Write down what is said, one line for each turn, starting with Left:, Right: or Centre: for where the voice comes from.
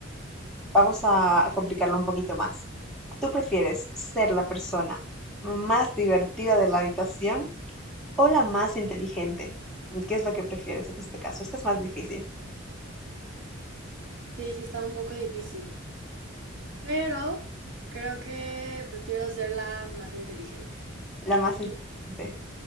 Centre: Vamos a complicarlo un poquito más. ¿Tú prefieres ser la persona más divertida de la habitación O la más inteligente. ¿Qué es lo que prefieres en este caso? Esta es más difícil.
Right: Sí, sí, está un poco difícil. pero creo que prefiero ser la más inteligente.
Centre: La más inteligente.
Right: Y-